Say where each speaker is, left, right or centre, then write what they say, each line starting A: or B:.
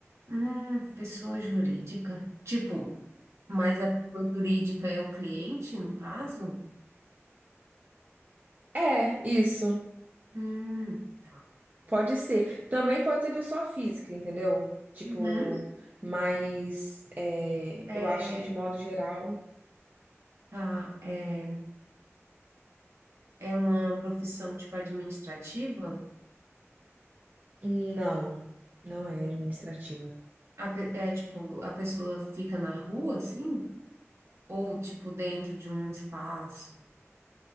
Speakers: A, on the right (about 65°); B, on the right (about 35°).
A: Hum, pessoa jurídica. Tipo, mas a pessoa jurídica é o cliente, no caso?
B: É, isso.
A: Hum, tá. é.
B: Pode ser. Também pode ser pessoa física, entendeu? Tipo,
A: Uhum.
B: mas é,
A: É,
B: eu acho que de modo geral,
A: tá, é, é uma profissão, tipo, administrativa?
B: não. Não é administrativa.
A: A pe- é, tipo, a pessoa fica na rua, assim? Ou, tipo, dentro de um espaço?